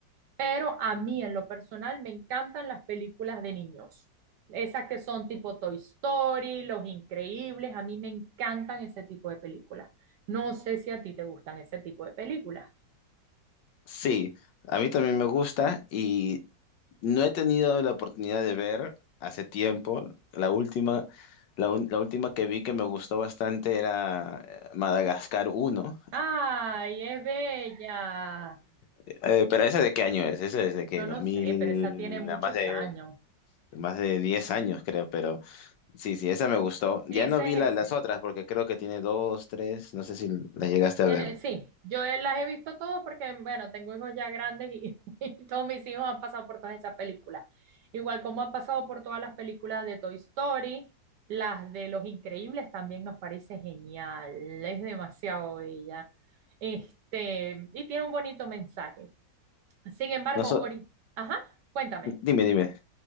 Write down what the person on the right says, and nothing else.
Pero a mí en lo personal me encantan las películas de niños. Esas que son tipo Toy Story, Los Increíbles, a mí me encantan ese tipo de películas. No sé si a ti te gustan ese tipo de películas.
¡Ay, es bella!
Yo no
sé, pero esa tiene muchos
años.
Esa
es
excelente.
Tiene-
sí, yo las he visto todas porque, bueno, tengo hijos ya grandes y, <laughs> y todos mis hijos han pasado por todas esas películas. Igual como han pasado por todas las películas de Toy Story, las de Los Increíbles también nos parece genial. Es demasiado bella. Este, y tiene un bonito mensaje. Sin embargo,
ahorita, ajá, cuéntame.